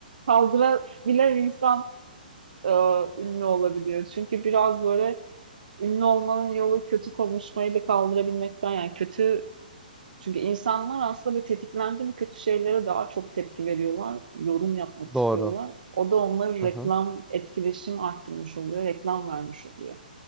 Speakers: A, on the right (about 60°); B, in the centre.
A: Kaldırabilen insan e, ünlü olabiliyor. Çünkü biraz böyle ünlü olmanın yolu kötü konuşmayı da kaldırabilmekten yani kötü çünkü insanlar aslında bir tetiklendi mi kötü şeylere daha çok tepki veriyorlar. Yorum yapmak istiyorlar.
B: Doğru.
A: O da onları
B: Hı
A: reklam
B: hı.
A: etkileşim arttırmış oluyor. Reklam vermiş oluyor.